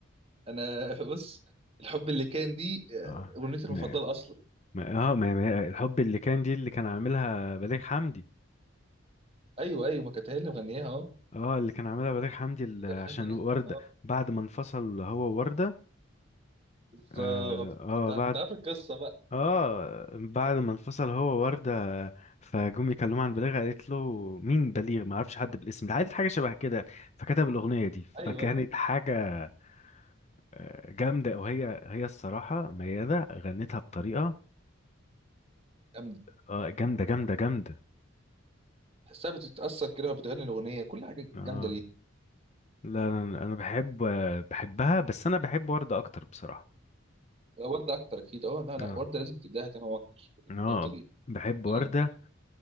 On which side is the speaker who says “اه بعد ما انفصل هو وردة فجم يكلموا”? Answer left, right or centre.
Left